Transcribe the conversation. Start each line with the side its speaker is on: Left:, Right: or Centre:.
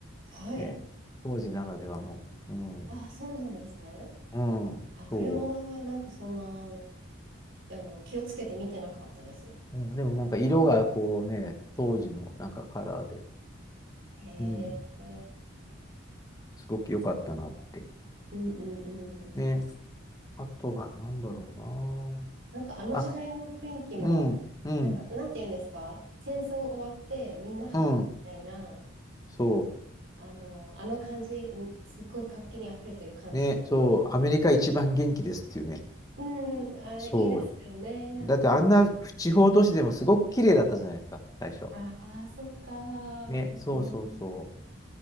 Right: はい。
Left: ね、当時ならではの。うん。
Right: ああ、そうなんですね。
Left: うん、
Right: あ、車はなんかそんな、
Left: そ
Right: あの、気をつけて見てなかったです。
Left: う。うん、でもなんか色がこうね、当時のなんかカラーで、
Right: へ
Left: うん、
Right: え、
Left: すごく良かったなって。
Right: うんうんうん。
Left: ね。あとは何だろう
Right: なんかあの時代の雰囲気も、
Left: な。あ、うん、うん、
Right: なんか、なんて言うんですか、戦争終わってみんなハッピーみたいな、
Left: うん。そ
Right: あの、あの感じ、んすっごい活気にあふれてる感じとか、
Left: う。ね、そう。アメリカ一番元気ですっていうね。
Right: うん、あ、
Left: そう。
Right: いいですよね。
Left: だってあんな地方都市でもすごく綺麗だったじゃないですか、最初。
Right: あ、あ、そっか。<laughs>
Left: ね、
Right: うんうんうん
Left: そうそうそ